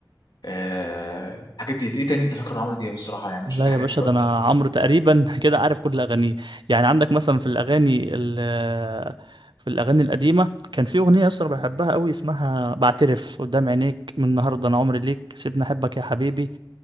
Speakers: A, on the left (about 60°); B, on the right (about 75°).
A: آه الحاجات ديت ايه تاني انت فاكره عمرو دياب الصراحه يعني
B: لا
A: مش فاكر حاجات
B: يا باشا
A: دلوقتي
B: ده انا عمرو تقريبا <laughs> كده عارف كل اغانيه يعني عندك مثلا في الاغاني ال آه، في الاغاني القديمه كان في اغنيه اصلا بحبها قوي اسمها بعترف قدام عينيك من النهارده انا عمري ليك سيبني احبك يا حبيبي